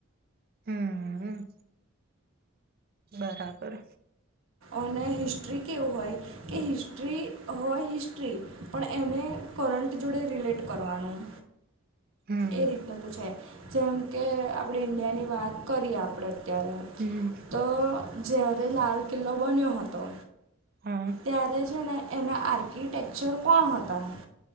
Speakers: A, on the right; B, on the right.
A: હમ. બરાબર.
B: અને હિસ્ટ્રી કેવું હોય કે હિસ્ટ્રી હોય હિસ્ટ્રી પણ એને કરંટ જોડે રિલેટ કરવાનું.
A: હમ
B: એ રીતનું પૂછાય, જેમ કે આપણે ઈન્ડિયાની વાત કરીએ આપણે, અત્યારે
A: હમ
B: તો જ્યારે લાલ કિલ્લો બન્યો હતો.
A: હા.
B: ત્યારે છે ને એના આર્કિટેક્ચર કોણ હતા,